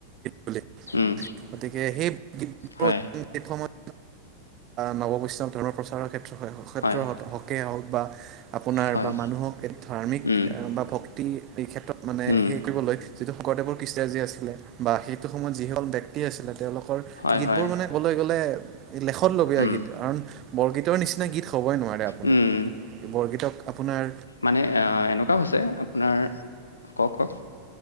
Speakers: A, on the right (about 35°); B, on the left (about 80°).
A: বুলি।
B: উম,
A: গতিকে সেই <unintelligible>
B: হয়,
A: নৱ বৈষ্ণৱ ধৰ্মৰ প্ৰচাৰৰ ক্ষেত্ৰত ক্ষেত্ৰৰ
B: হয়,
A: হ'কে হওঁক বা আপোনাৰ
B: হয়,
A: বা মানুহক এই ধাৰ্মিক
B: উম,
A: বা ভক্তি এই ক্ষেত্ৰত মানে
B: উম,
A: সে কৰিবলৈ গদেৱৰ কৃষ্টৰাজী আছিলে বা সেইটো সময়ত যিসকল ব্যক্তি আছিলে তেওঁলোকৰ
B: হয়,
A: গীতবোৰ
B: হয়,
A: মানে ক'বলৈ গ'লে লেখত লবীয়া
B: উম,
A: গীত কাৰণ বৰগীতৰ নিচিনা গীত হ'বই নোৱাৰে। মানে
B: উম,
A: বৰগীতক আপোনাৰ
B: মানে অ', এনেকুৱা হৈছে আপোনাৰ কওঁক কওঁক।